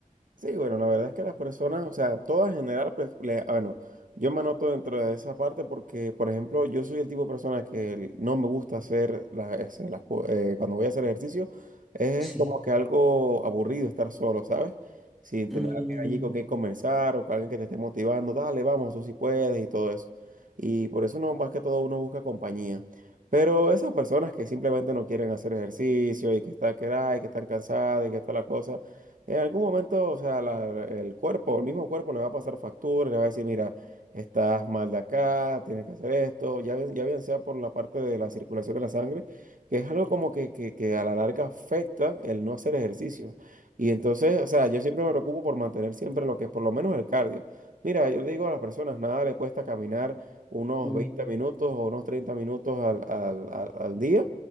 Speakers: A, on the right; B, in the centre.
A: Sí, bueno, la verdad es que las personas, o sea, todas en general, pues, le- ah, bueno, yo me anoto dentro de esa parte porque, por ejemplo, yo soy el tipo de persona que el- no me gusta hacer la- ese, las co- eh, cuando voy a hacer ejercicio, es
B: Sí.
A: como que algo aburrido estar solo, ¿sabes? Sin tener
B: Mm,
A: a alguien allí con quien conversar o con alguien que te esté motivando, dale, vamos, tú sí puedes y todo eso. Y por eso no, más que todo uno busca compañía. Pero esas personas que simplemente no quieren hacer ejercicio y que están, que, ay, que están cansadas y que está la cosa. En algún momento, o sea, la- la- el cuerpo, el mismo cuerpo le va a pasar factura, le va a decir, mira, estás mal de acá, tienes que hacer esto, ya, bien- ya bien sea por la parte de la circulación de la sangre, que es algo como que, que, que a la larga afecta el no hacer ejercicio. Y entonces, o sea, yo siempre me preocupo por mantener siempre lo que es por lo menos el cardio. Mira, yo le digo a las personas, nada le cuesta caminar unos
B: mm,
A: 20 minutos o unos 30 minutos al, al, al al día.